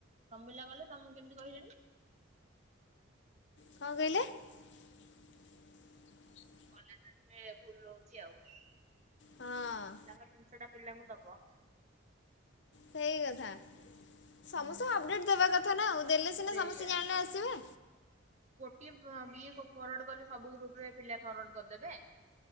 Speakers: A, on the right; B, on the left.
A: ତବିଲା ବଲେ ତମକୁ କେମିତି କହିଲ।
B: କଣ କହିଲେ। <unintelligible> <unintelligible>
A: କଲେଜିକେ ଭୁଲ ରହୁଛି ଆଉ। ପିଲାଙ୍କ
B: ହଁ।
A: ଜିନିଷ ଟା ପିଲାଙ୍କୁ ଦବ।
B: ସେଇ କଥା। ସମସ୍ତଙ୍କୁ
A: ହୁଁ
B: ଅପଡେଟ ଦେବା କଥା ନା ଦେଲେ ସିନା
A: ସେଇଆ।
B: ସମସ୍ତେ ଜାଣିଲେ ଆସିବେ।
A: ଟ ବିଏ ଫରୱାର୍ଡ କଲେ ସବୁ ଗ୍ରୁପରେ ପିଲା ଫରୱାର୍ଡ କରିଦେବେ।